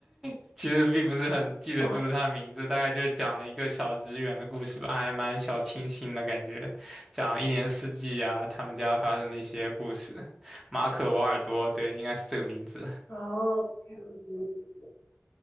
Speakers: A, in the centre; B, on the left.
A: <laughs> 其实并不是很记得住他的名字，
B: 哦，
A: 大概就是讲了一个小职员的故事吧，还蛮小清新的感觉，讲一年四季啊，他们家发生的一些故事。马可·瓦尔多，对，应该是这个名字。
B: 哦，嗯，